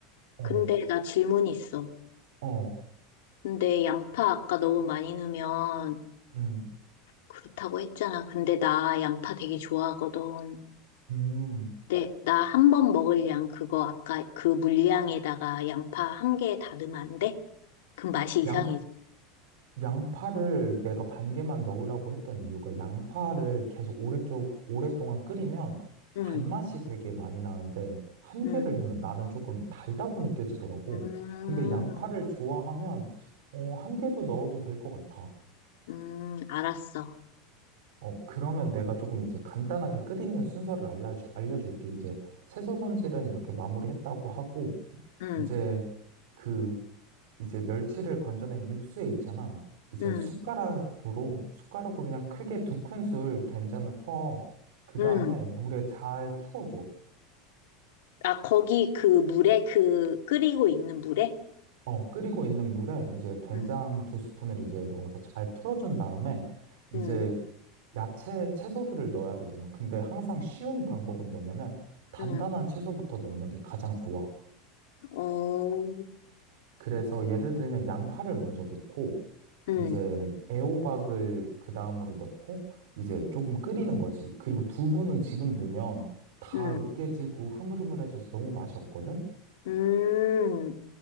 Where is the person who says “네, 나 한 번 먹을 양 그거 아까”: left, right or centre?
Left